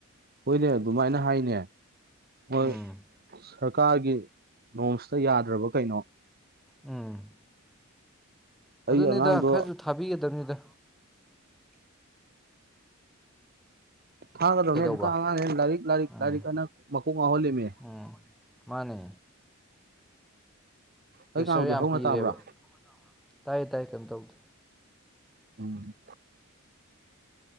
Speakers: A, on the right; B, in the centre.
A: ꯍꯣꯏꯅꯦ ꯑꯗꯨꯃꯥꯏꯅ ꯍꯥꯏꯅꯦ ꯃꯣꯏ
B: ꯎꯝ
A: ꯁꯔꯀꯥꯔꯒꯤ ꯅꯣꯝꯁꯇ ꯌꯥꯗ꯭ꯔꯕ ꯀꯩꯅꯣ
B: ꯎꯝ ꯑꯗꯨꯅꯤꯗ
A: ꯑꯩ ꯑꯉꯥꯡꯗꯣ
B: ꯈꯔꯁꯨ ꯊꯥꯕꯤꯒꯗꯕꯅꯤꯗ
A: ꯊꯥꯡꯒꯗꯧꯅꯦ
B: ꯀꯩꯗꯧꯕ
A: ꯇ ꯑꯉꯥꯡ ꯍ ꯂꯥꯏꯔꯤꯛ ꯂꯥꯏꯔꯤꯛ
B: ꯎꯝ
A: ꯂꯥꯏꯔꯤꯛ ꯑꯅ ꯃꯈꯀꯣꯡ ꯉꯥꯎꯍꯜꯂꯤꯃꯦ
B: ꯎꯝ ꯃꯥꯅꯦ ꯄ꯭ꯔꯦꯁꯔ
A: ꯑꯩ ꯉꯥꯡꯕꯗꯤ
B: ꯌꯥꯝ
A: ꯍꯧꯅ
B: ꯄꯤꯔꯦꯕ
A: ꯇꯥꯕ꯭ꯔꯥ
B: ꯇꯥꯏ ꯇꯥꯏ ꯀꯩꯝ ꯇꯧꯗꯦ
A: ꯎꯝ